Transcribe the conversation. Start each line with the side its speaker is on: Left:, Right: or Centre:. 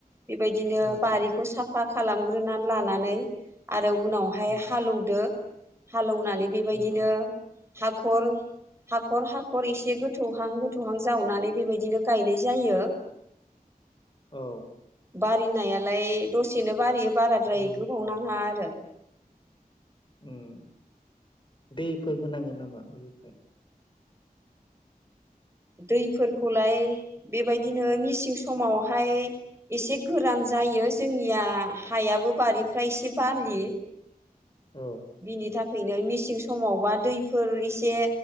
Right: बेबायदिनो
Left: उम
Right: बारिखौ साफा खालामग्रोनानै लानानै आरो आरो उनावहाय
Left: उम
Right: हालौदो हालौनानै बेबायदिनो
Left: उम
Right: हाखर हाखर हाखर एसे गोथौहां गोथौहां जावनानै बेबायदिनो गायनाय जायो।
Left: <inaudible> औ
Right: बारिनायालाय दसेनो बारियो बाराद्राय
Left: उम
Right: गोबाव नाङा आरो
Left: ओन दैफोर होनाङो नामा बेनिफ्राय
Right: दैफोरखौलाय बेबायदिनो मिसिं समावहाय एसे गोरान ज जायो जोंनिया हायाबो बारिफ्रा एसे बालि
Left: औ
Right: बिनि थाख नो मिसिं समावबा दैफोर एसे